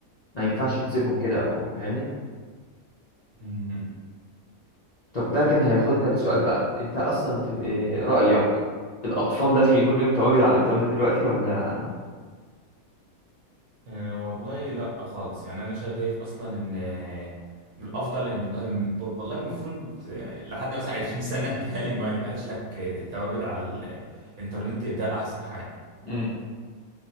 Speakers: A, on the left; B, on the right.
A: ما ينفعش تسيبهم كده أو فاهمني
B: امم
A: طب ده كان هياخدنا لسؤال بقى انت اصلا ت- إيه رأيك الاطفال لازم يكون ليهم تواجد على الانترنت دلوقتي ولا
B: أه والله لا خالص يعني انا شايف اصلا ان آه، من الافضل ان أم- والله المفروض آه، لحد مثلا 20 <laughs> سنه بتهيألي ما يبقاش لك آه، تواجد على الانترنت ده احسن حاجه
A: امم